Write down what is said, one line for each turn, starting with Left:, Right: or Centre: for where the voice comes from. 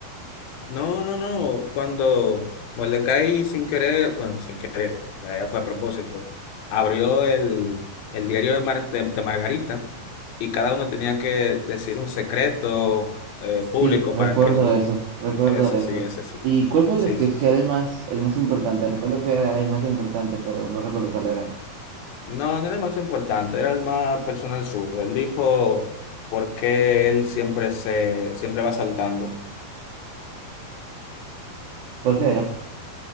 Left: No, no, no. Cuando Mordecai sin querer, bueno, sin querer, en realidad fue a propósito, abrió el, el diario de, Mar- de, de Margarita y cada uno tenía que decir un secreto eh,
Right: Sí,
Left: público
Right: recuerdo
Left: para que el
Right: eso, recuerdo
Left: ese
Right: eso.
Left: sí, ese sí.
Right: ¿Y cuál fue el
Left: Sí,
Right: de Sketch
Left: sí,
Right: que
Left: sí.
Right: era el más, el más importante? Recuerdo que era el más importante, pero no recuerdo cuál era.
Left: No, no era el más importante, era el más personal suyo. Él dijo por qué él siempre se, siempre va saltando.
Right: ¿Por qué era?